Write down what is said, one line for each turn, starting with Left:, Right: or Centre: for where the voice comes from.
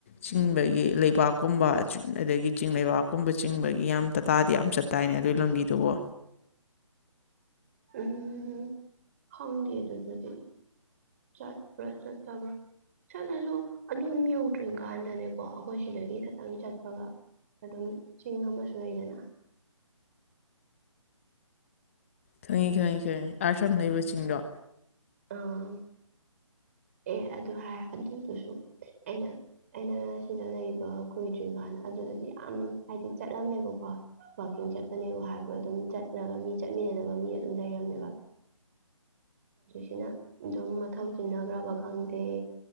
Left: ꯆꯤꯡꯕꯒꯤ ꯂꯩꯕꯥꯛꯀꯨꯝꯕ ꯑꯗꯒꯤ ꯆꯤꯡ ꯂꯩꯕꯥꯛꯀꯨꯝꯕ ꯆꯤꯡꯕꯒꯤ ꯌꯥꯝ ꯇꯇꯥ ꯇꯥꯗꯤ ꯌꯥꯝ ꯆꯠꯇ ꯇꯥꯏꯅꯦ ꯑꯗꯨꯒꯤ ꯂꯝꯕꯤꯗꯨꯕꯨꯣ
Right: <unintelligible> ꯎꯝ ꯈꯪꯗꯤ ꯑꯗꯨ ꯑꯗꯨꯗꯤ ꯆꯠꯄ꯭ꯔ ꯆꯠ ꯇꯕ ꯆꯠꯂꯁꯨ ꯑꯗꯨꯝ ꯌꯧꯗ꯭ꯔꯤ ꯀꯥꯟꯗꯅꯦꯀꯣ ꯑꯩꯈꯣꯏ ꯁꯤꯗꯒꯤ ꯈꯤꯇꯪ ꯆꯠꯄꯒ ꯑꯗꯨꯝ ꯆꯤꯡ ꯑꯃꯁꯨ ꯂꯩꯗꯅ
Left: ꯈꯪꯉꯤ ꯈꯪꯉꯤ ꯈꯪꯉꯤ ꯑꯥꯔꯠꯐꯝ ꯂꯩꯕꯁꯤꯡꯗꯣ
Right: ꯑꯥ ꯑꯦ ꯑꯗꯨ ꯍꯥꯏ ꯑꯗꯨꯗꯨꯁꯨ ꯑꯩꯅ ꯑꯩꯅ ꯁꯤꯗ ꯂꯩꯕ ꯀꯨꯏꯗ꯭ꯔꯤ ꯀꯥꯟꯗ ꯑꯗꯨ ꯑꯗꯨꯗꯤ ꯌꯥꯝ ꯍꯥꯏꯗꯤ ꯆꯠꯂꯝꯃꯦꯕꯀꯣ ꯋꯥꯛꯀꯤꯡ ꯆꯠꯄꯅꯦꯕ ꯍꯥꯏꯕ꯭ꯔꯣ ꯑꯗꯨꯝ ꯆꯠꯂꯒ ꯃꯤ ꯆꯠꯃꯤꯗꯅ ꯃꯤ ꯑꯗꯨꯝ ꯂꯩꯔꯝꯃꯦꯕ ꯁꯤꯅ ꯑꯗꯨꯝ ꯃꯊꯧ ꯆꯤꯟꯅꯈ꯭ꯔꯕ ꯈꯪꯗꯦ